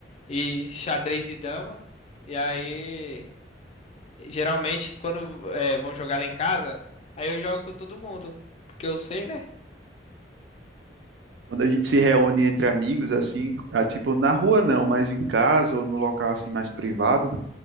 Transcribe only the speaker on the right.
Quando a gente se reúne entre amigos, assim, ah, tipo, na rua não, mas em casa ou no local assim mais privado,